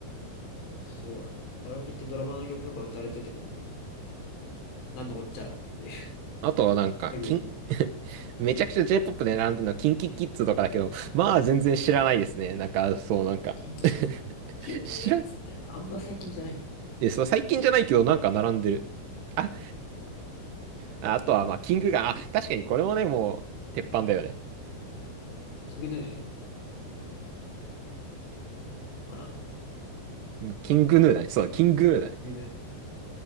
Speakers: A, on the left; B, on the right.
A: そうだね。なんかカラオケ行ってドラマの曲とか歌われてても、なんのこっちゃらっていう
B: あとはなんか、
A: <laughs> だけ言うても。
B: キン <laughs> めちゃくちゃ
A: うん。
B: J-POP で並んでるのは、キンキキッズとかだけど、まあ、全然知らないですね。なんか、そう、なんか
A: キンキ、
B: <laughs>
A: キンキキッズってなんかあんま最近じゃないよね。
B: 知ら、え、そう、最近じゃないけど、なんか並んでる。あ、あとは、まあ、キングが、あ、確かにこれもね、もう、鉄板だよね。
A: キングヌーかな
B: キングヌーだね。そう、キングヌーだね。
A: キングヌ